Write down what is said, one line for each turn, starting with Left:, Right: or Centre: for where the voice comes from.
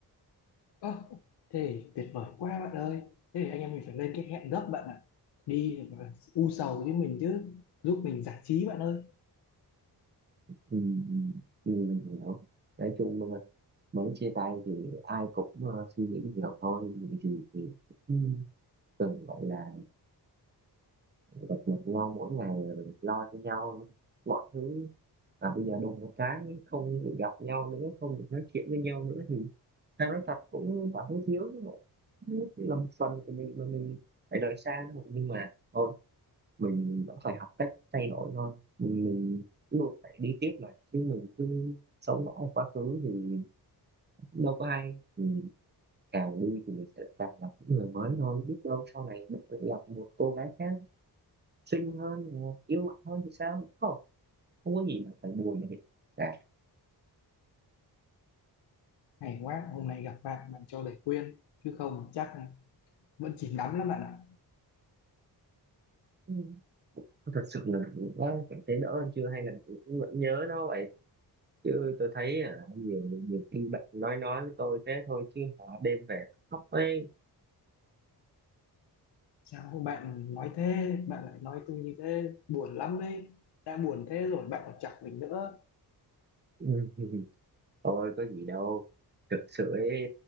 Left: ơ thế thì tuyệt vời quá bạn ơi thế thì anh em mình phải lên cái hẹn gấp bạn ạ đi và u sầu với mình chứ giúp mình giải trí bạn ơi
Right: ừ, ừ, ừ, mình hiểu nói chung mà mới chia tay thì ai cũng ờ, suy nghĩ nhiều thôi những gì thì ừ. cần gọi là gặp mặt nhau mỗi ngày rồi mình lo cho nhau mọi thứ và bây giờ đùng một cái không được gặp nhau nữa không được nói chuyện với nhau nữa thì tao nói thật cũng cảm thấy thiếu chứ bộ. cũng là một phần của mình mà mình phải rời xa nữa nhưng mà thôi mình vẫn phải học cách thay đổi thôi mình, mình luôn phải đi tiếp mà chứ mình cứ sống mãi ở quá khứ thì đâu có ai mình càng đi thì mình sẽ càng gặp những người mới thôi biết đâu sau này mình lại gặp một cô gái khác xinh hơn hoặc yêu mạnh hơn thì sao không không có gì mà phải buồn để cả
Left: hay quá hôm nay gặp bạn bạn cho lời khuyên chứ không chắc vẫn chìm đắm lắm bạn ạ
Right: Ừ. thật sự là đã cảm thấy đỡ hơn chưa hay là mình cũng vẫn nhớ nó vậy chứ tôi thấy à, nhiều nhiều khi bạn nói nói với tôi thế thôi chứ hả đêm về khóc ấy
Left: sao bạn nói thế bạn lại nói tôi như thế buồn lắm đấy đã buồn thế rồi bạn còn chọc mình nữa
Right: <laughs> Ừ. Thôi có gì đâu thực sự ấy